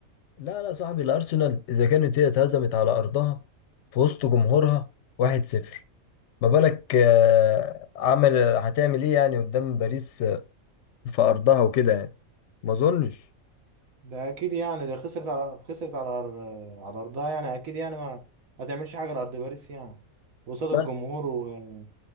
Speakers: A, on the left (about 65°); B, on the right (about 75°).
A: لا لا صاحبي الارسنال اذا كانت هي اتهزمت على ارضها في وسط جمهورها 1-0 ما بالك آه، عمل هتعمل ايه يعني قدام باريس آه، في ارضها وكده يعني ما اظنش
B: ده اكيد يعني ده خسرت على خسرت على أر- على ارضها يعني اكيد يعني ما ما تعملش حاجه لارض باريس يعني قصاد
A: بس
B: الجمهور و...